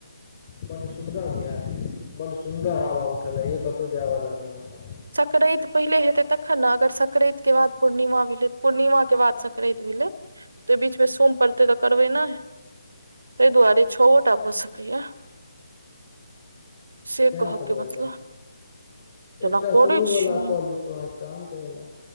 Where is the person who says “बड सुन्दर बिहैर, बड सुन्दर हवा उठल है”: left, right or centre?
Left